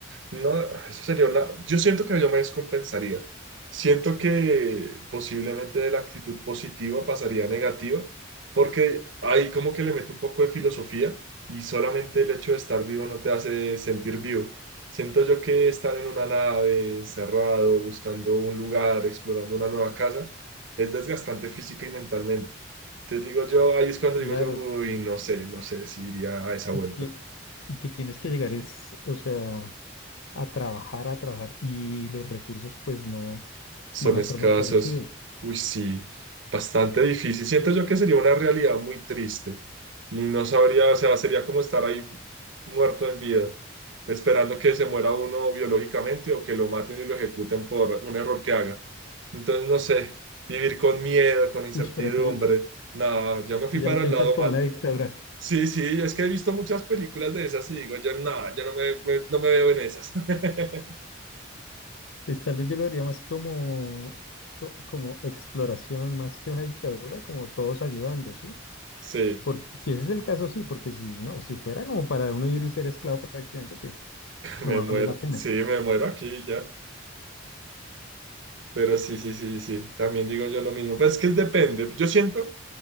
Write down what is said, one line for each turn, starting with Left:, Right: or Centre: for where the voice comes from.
Right: No, eso sería una. Yo siento que yo me descompensaría. Siento que posiblemente de la actitud positiva pasaría a negativa, porque ahí como que le meto un poco de filosofía y solamente el hecho de estar vivo no te hace sentir vivo. Siento yo que estar en una nave, encerrado, buscando un lugar, explorando una nueva casa, es desgastante física y mentalmente. Entonces digo yo, ahí es cuando
Left: Claro,
Right: digo yo, uy, no sé, no sé si iría a esa vuelta.
Left: y que, y que tienes que llegar es, o sea, a trabajar, a trabajar y los recursos pues no
Right: son
Left: van a
Right: escasos.
Left: ser muy reducidos.
Right: Uy, sí, bastante difícil. Siento yo que sería una realidad muy triste y no sabría, o sea, sería como estar ahí muerto en vida, esperando que se muera uno biológicamente o que lo maten y lo ejecuten por un error que haga. Entonces, no sé, vivir con miedo, con incertidumbre,
Left: Uy, pero tú,
Right: nada, ya me fui
Left: tú ya
Right: para
Left: lo piensas
Right: el lado
Left: como
Right: mal.
Left: una dictadura.
Right: Sí, sí, es que he visto muchas películas de esas y digo, yo nada, yo no me, me- no me veo en esas. <laughs>
Left: Pues tal vez yo lo haría más como, co- como exploración, más que una dictadura, como todos ayudando, ¿sí?
Right: Sí,
Left: Porque si ese es el caso, sí, porque si no, si fuera como para uno ir y ser esclavo prácticamente, pues no
Right: me muero,
Left: vale la pena.
Right: sí, me muero aquí ya. Pero sí, sí, sí, sí, también digo yo lo mismo. Pues es que es depende. Yo siento,